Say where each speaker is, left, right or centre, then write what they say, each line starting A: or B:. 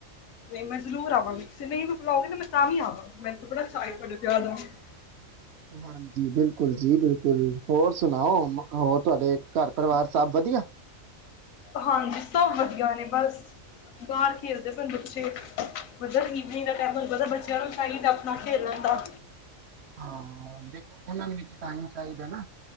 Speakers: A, on the left (about 80°); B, on the right (about 65°).
A: ਨਹੀਂ ਮੈਂ ਜ਼ਰੂਰ ਆਵਾਂਗੀ ਤੁਸੀਂ ਨਹੀਂ ਵੀ ਬੁਲਾਓਗੇ ਨਾ ਮੈਂ ਤਾਂ ਵੀ ਆਵਾਗੀ ਮੈਨੂੰ ਤਾਂ ਬੜਾ ਚਾ ਐ। ਤੁਹਾਡੇ ਵਿਆਹ ਦਾ <unintelligible>
B: ਹਾਂਜੀ ਬਿਲਕੁਲ ਜੀ ਬਿਲਕੁਲ, ਹੋਰ ਸੁਣਾਓ ਮ ਹੋਰ ਤੁਹਾਡੇ ਘਰ ਪਰਿਵਾਰ ਸਭ ਵਧੀਆ
A: ਹਾਂਜੀ ਸਭ ਵਧੀਆ ਨੇ ਬਸ ਬਾਹਰ ਖੇਲਦੇ ਸੀ ਬੱਚੇ ਪਤਾ ਕੀ ਇੰਨਾ ਟਾਈਮ ਤੁਹਾਨੂੰ ਪਤਾ ਬੱਚਿਆਂ ਨੂੰ ਸਾਹਿਲ ਆਪਣਾ ਖੇਲ ਲੈਂਦਾ
B: ਹਾਂ ਦੇਖੋ ਉਹਨਾਂ ਨੂੰ ਵੀ ਤੇ ਟਾਈਮ ਚਾਹੀਦਾ ਨਾ